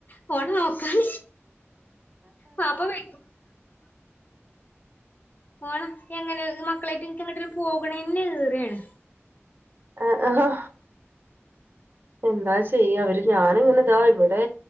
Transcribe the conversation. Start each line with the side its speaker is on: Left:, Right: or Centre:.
Left: ഫോൺ നോക്കാൻ പപ്പ <inaudible> പൊണം എങ്ങനെ മക്കളായിട്ടും എനക്ക് എങ്ങോട്ടും പോകണന്നെ <unintelligible>
Right: ആഹ് ഹോ എന്താ ചെയ്യ അവര് ഞാാനിങ്ങനെതാ ഇവിടെ